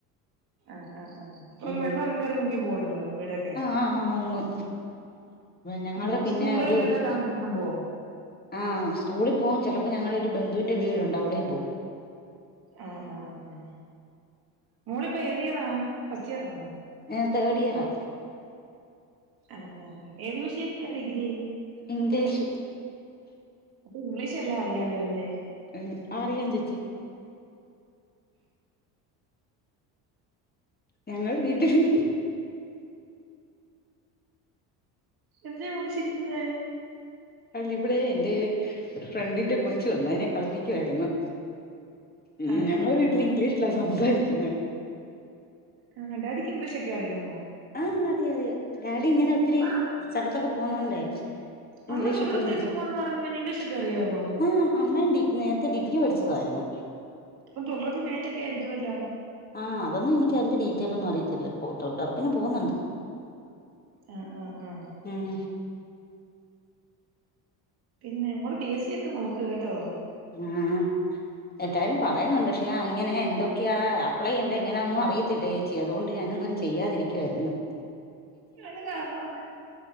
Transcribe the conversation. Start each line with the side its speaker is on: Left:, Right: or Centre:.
Right: ആഹ് ആഹ് ആഹ് അപ്പം
Left: ഉം
Right: വെള്ളം ഒക്കെക്കേറി മുങ്ങി പോവോ നിങ്ങള് വീടെ
Left: ആഹ് ആഹ് മുങ്ങും ഞങ്ങള്
Right: ആ, അപ്പൊ
Left: പിന്നെ
Right: സ്കൂളുകളിലൊക്കെ
Left: ഒരു ഇസം
Right: താമസിക്കാൻ പോവോ
Left: ആഹ് സ്കൂളി പോവും ചെലപ്പോ ഞങ്ങളെരു ബന്ധുവിന്റെ വീടുണ്ട് അവിടെയും പോവും
Right: ആഹ് ആഹ് ആഹ് മോളിപ്പോ ഏതിയറാ ഫസ്റ്റ് ഇയർ ആന്നോ
Left: ഞാൻ തേഡ് ഇയറാ
Right: ആഹ് ആഹ് ഏത് വിഷയത്തിലാ ഡിഗ്രി
Left: ഇംഗ്ലീഷ്
Right: അപ്പൊ ഇംഗ്ലീഷെല്ലാം അറിയാലോ അല്ലേ.
Left: ഉം അറിയാം ചേച്ചി ഞങ്ങള് വീട്ടില്
Right: എന്തിനാ മോള് ചിരിക്കുന്നേ
Left: അല്ല ഇവിടേ എന്റെ ഒരു ഫ്രണ്ടിന്റെ കൊച്ചു വന്നു അതിനെ കളിപ്പിക്കുവായിരുന്നു. ഉം
Right: ആ
Left: ഞങ്ങള്
Right: ആ ആ
Left: വീട്ടില് ഇംഗ്ലീഷിലാ സംസാരിക്കുന്നെ.
Right: ആഹ് ഡാഡിക്ക് ഇംഗ്ലീഷൊക്കെ അറിയാമോ?
Left: ആഹ് അറിയാ അറിയാം. ഡാഡി ഇങ്ങനെ ഒത്തിരി
Right: അപ്പൊ
Left: സ്ഥലത്തൊക്കെ പോവ്ന്നോണ്ടേ. ഇംഗ്ലീഷൊക്കെ
Right: അമ്മ തൊഴിലുറപ്പിനൊക്കെ
Left: <unintelligible>
Right: പോവാന്ന് പറഞ്ഞു പിന്നെ ഇംഗ്ലീഷ് ഒക്കെ അറിയോ അപ്പം
Left: ആഹ് അമ്മയും ഡി നേ ത്തെ ഡിഗ്രി പഠിച്ചതായിരുന്ന്.
Right: ഇപ്പം തൊഴിലൊറപ്പി മേറ്റൊക്കെ ആയിരിക്കുവല്ലോ.
Left: ആഹ് അതൊന്നും എനിക്ക് അയിന്റെ ഡീറ്റെയിലൊന്നും അറിയത്തില്ല പോ തൊഴിലൊറപ്പിന് പോവുന്നുണ്ട്.
Right: ആഹ് ആഹ് ആഹ്
Left: ഉം
Right: പിന്നെ മോള് പി എസ് സി ഒക്കെ നോക്ക് കേട്ടോ.
Left: ആഹ് എല്ലാരും പറയന്നൊണ്ട് പക്ഷെ അങ്ങനെയാ എന്തൊക്കെയാ അപ്ലൈ ചെയ്യണ്ടേ എങ്ങനാനൊന്നും അറിയത്തില്ലേ ച്ചി അതുകൊണ്ട് ഞാനൊന്നും ചെയ്യാതിരിക്കുവായിരുന്ന്.
Right: അത് കാര്ണവാന്നേ